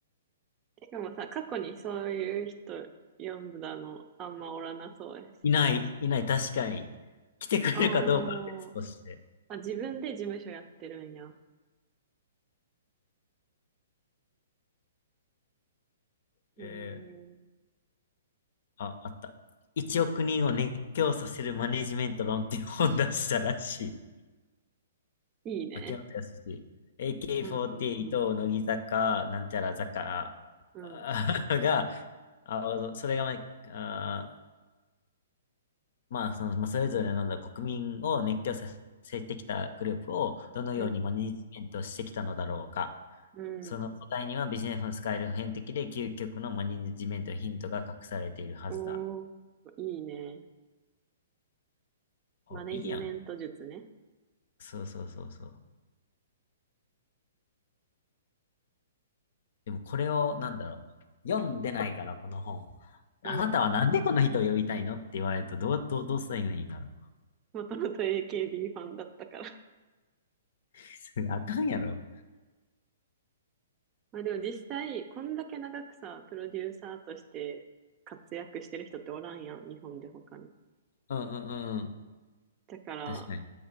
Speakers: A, on the right; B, on the left.
A: てかもさ、過去にそういう人読んだのあんまおらなそうやし。
B: う。いない、いない、確かに。来てくれるかどうかは別として。
A: あーあ、自分で事務所やってるんや。
B: えー
A: えー、
B: あ、あった。1億人を熱狂させるマネジメント論っていう本出したらしい。
A: いいね。
B: 秋元康。AK48、
A: うんうんうん。
B: 乃木坂、なんちゃら坂あー
A: うん
B: <laughs> が、あ、それがま、あー、まあ、その、まあ、それぞれのなんだ国民を熱狂させてきたグループをどのようにマネジメントしてきたのだろうか。
A: うんうん。
B: その答えにはビジネスの使える普遍的で究極のマネジメントのヒントが隠されているはずだ。
A: おー、いいね。
B: お、
A: マネジメント術ね。
B: いいやん。そうそうそうそう。でもこれを、なんだろう。読んでないから、この本。あなたはなんでこの人を呼びたいのって言われると、
A: うん。
B: どう、どう、どうすればいいんだろう。
A: もともと AKB ファンだったから。
B: <laughs> それあかんやろ。
A: <laughs> まあでも実際、こんだけ長くさ、プロデューサーとして活躍してる人っておらんやん、日本で他に。
B: うんうんうんうん。
A: だから、
B: 確かに。